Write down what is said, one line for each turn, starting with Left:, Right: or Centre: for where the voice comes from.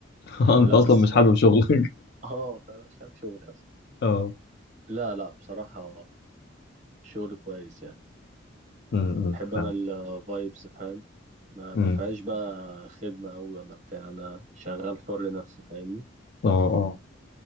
Left: <laughs>
Right: لا
Left: انت اصلا
Right: بس
Left: مش
Right: هو
Left: حابب شغلك
Right: اه فاهم مش حابب شغلي أصلا
Left: <laughs> اه
Right: لا لا بصراحة شغل كويس يعني
Left: امم
Right: بحب
Left: فاهم
Right: أنا الفايبس فاهم ما
Left: امم
Right: ما فيهاش بقى خدمة أوي ولا بتاع أنا شغال حر نفسي فاهمني
Left: اه